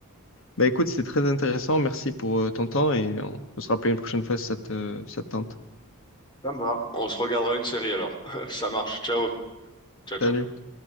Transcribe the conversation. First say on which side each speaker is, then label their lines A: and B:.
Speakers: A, on the left; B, on the left.
A: Bah écoute, c'était très intéressant. Merci pour euh, ton temps et on peut se rappeler une prochaine fois si ça te, si ça te tente.
B: Ça me va. On se regardera une série alors. <laughs> Ça marche, ciao. Ciao, ciao.
A: Salut.